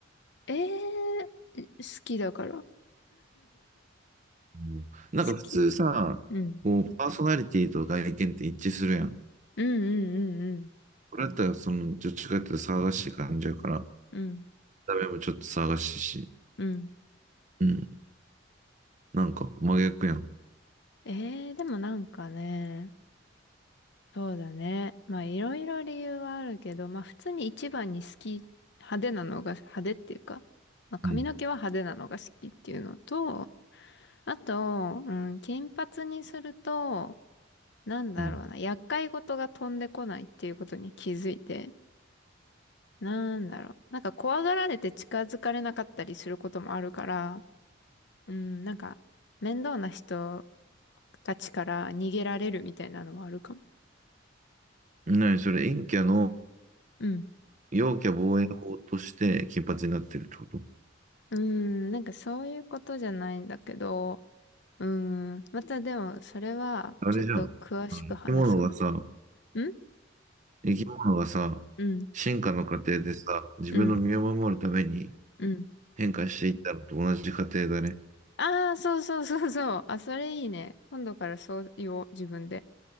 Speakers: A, on the left (about 65°); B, on the right (about 40°).
A: えー、え好きだから。<laughs>
B: うんなんか普通さ、
A: 好きうん。
B: こう、パーソナリティと外見って一致するやん。
A: うんうん
B: これだったら、その、どっちかっていうと騒がしい感じやから、見
A: うんうん。
B: た目もちょっと騒がしいし。
A: うん。うん。
B: うん。なんか真逆やん。
A: えー、でもなんかね、そうだね。まあいろいろ理由はあるけど、まあ普通に一番に好き、派手なのが、派手っていうか、まあ髪の毛は派手なのが好きっていうのと、
B: うん。
A: あと、うん、金髪にすると、なんだろうな、
B: うん。
A: 厄介事が飛んでこないっていうことに気づいて、なんだろう、なんか怖がられて近づかれなかったりすることもあるから、うん、なんか面倒な人たちから逃げられるみたいなのはあるかも。
B: なにそれ、陰キャの、
A: うん。
B: 陽キャ防衛法として金髪になってるってこと
A: うーん、なんかそういうことじゃないんだけど、うーん、またでもそれはちょっと詳しく話すわ。
B: あれじゃん。あの生き物がさ、
A: ん
B: 生き物がさ、
A: うん、
B: 進化の過程でさ、自分の身を守るために
A: うん、うん。
B: 変化していったのと同じ過程だね。
A: ああ、そうそうそうそう。あ、それいいね。今度からそう言おう、自分で。